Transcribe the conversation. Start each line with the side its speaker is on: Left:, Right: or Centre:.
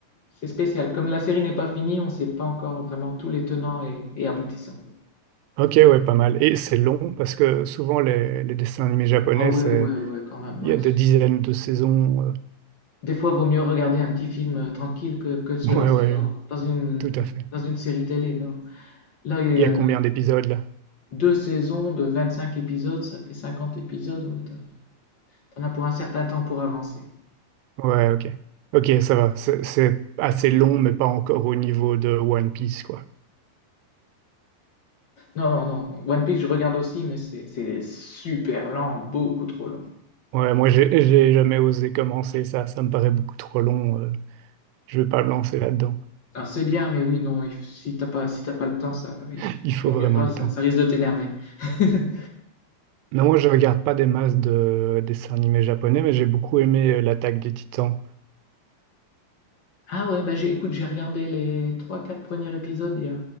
Left: c'est spécial. Comme la série n'est pas finie, on ne sait pas encore vraiment tous les tenants et, et aboutissants.
Right: Ok, ouais, pas mal. Et c'est long parce que souvent les, les dessins animés japonais,
Left: Ah ouais,
Right: c'est
Left: ouais, ouais, quand même.
Right: il
Left: ouais,
Right: y a
Left: c'est-
Right: des dizaines de saisons. euh.
Left: Des fois, vaut mieux regarder un petit film euh, tranquille que, que de se
Right: Ouais,
Left: lancer
Right: ouais,
Left: dans, dans une,
Right: tout à fait.
Left: dans une série télé. Là, là, il
Right: Il
Left: y a
Right: y a combien d'épisodes là?
Left: Deux saisons de 25 épisodes, ça fait 50 épisodes. Ouais, t'en as pour un certain temps pour avancer.
Right: Ouais, ok. Ok, ça va. C'est c'est assez long, mais pas encore au niveau de One Piece, quoi.
Left: Non, non, non. One Piece, je regarde aussi, mais c'est c'est super lent, beaucoup trop long.
Right: Ouais, moi j'ai j'ai jamais osé commencer ça. Ça me paraît beaucoup trop long. euh. Je vais pas me lancer là-dedans.
Left: Alors c'est bien, mais oui, non, il f- si t'as pas, si t'as pas le temps, ça, il
Right: <laughs> Il faut
Left: vaut mieux
Right: vraiment
Left: pas,
Right: le
Left: ça,
Right: temps.
Left: ça risque de t'énerver. <laughs>
Right: Non, moi je regarde pas des masses de dessins animés japonais, mais j'ai beaucoup aimé euh, l'attaque des Titans.
Left: Ah ouais, bah j'ai, écoute, j'ai regardé les trois, quatre premiers épisodes il y a,